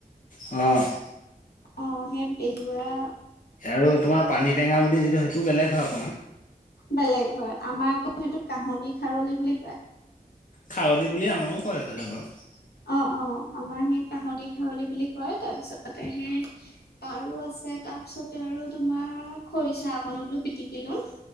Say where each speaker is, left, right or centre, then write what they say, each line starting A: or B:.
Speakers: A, on the left; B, on the left.
A: অ'।
B: অ', সেই বিহুৰা
A: আৰু তোমাৰ পানী টেঙা বুলি যিটো সেইটো বেলেগ হয় অকনমান।
B: বেলেগ হয় আমাৰ আকৌ সেইটো কাহুদি খাৰলি বুলি কয়।
A: খাৱলী বুলি আমাৰো কয় এইফালে বাৰু।
B: অ', অ', আমাৰ সেই কাহুদি খাৰলী বুলি কয় তাৰপিছতে সেই তাৰো আছে তাৰ পিছতে আৰু তোমাৰ খৰিচা আকনো বোলো পিটিকি লওঁ।